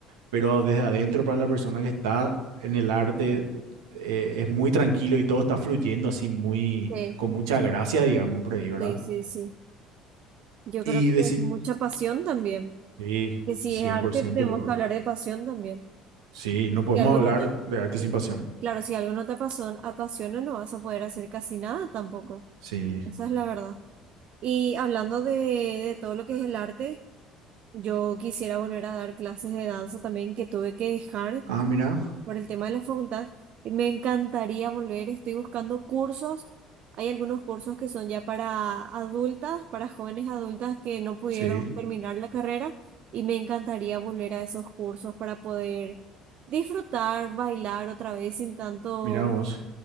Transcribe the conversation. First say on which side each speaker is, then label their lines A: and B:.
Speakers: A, on the right; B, on the right.
A: pero desde adentro para la persona que está en el arte eh, es muy tranquilo y todo está fluyendo así muy,
B: sí,
A: con mucha gracia, digamos, por ahí, ¿verdad?
B: sí, sí, sí. Yo
A: Y
B: creo que
A: decir,
B: es mucha pasión también.
A: sí,
B: Que si
A: cien
B: es arte,
A: por ciento
B: tenemos
A: luego.
B: que hablar de pasión también.
A: Sí, no podemos
B: Si algo
A: hablar
B: no te...
A: de arte
B: sí,
A: sin pasión.
B: Claro, si algo no te apaso- apasiona, no vas a poder hacer casi nada tampoco.
A: Sí.
B: Esa es la verdad. Y hablando de, de todo lo que es el arte, yo quisiera volver a dar clases de danza también que tuve que dejar
A: Ah, mira,
B: por el tema de la facultad. y Me encantaría volver, estoy buscando cursos. Hay algunos cursos que son ya para adultas, para jóvenes adultas que no pudieron
A: sí,
B: terminar la carrera y me encantaría volver a esos cursos para poder disfrutar, bailar otra vez sin tanto,
A: mira vos.